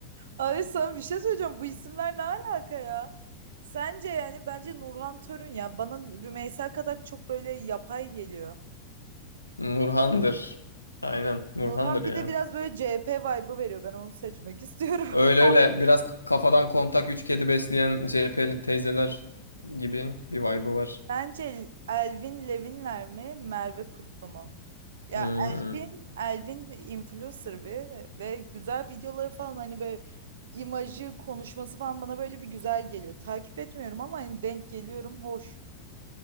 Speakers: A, on the right; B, on the left.
A: Ay sana bir şey söyleyeceğim. Bu isimler ne alaka ya? Sence yani bence Nurhan Törün ya. Bana Rümeysa Kadak çok böyle yapay geliyor.
B: Nurhan'dır. Aynen Nurhan'dır
A: Nurhan
B: ya.
A: bir de biraz böyle CHP vibe'ı veriyor. Ben onu seçmek istiyorum.
B: Öyle
A: <laughs>
B: öyle biraz kafadan kontak üç kedi besleyen CHP'li teyzeler gibi bir vibe'ı var.
A: Bence Elvin Levinler mi, Merve Kutlu mu? Ya
B: Hmm.
A: Elvin, Elvin influencer bir ve güzel videoları falan hani böyle imajı, konuşması falan bana böyle bir güzel geliyor. Takip etmiyorum ama hani denk geliyorum hoş.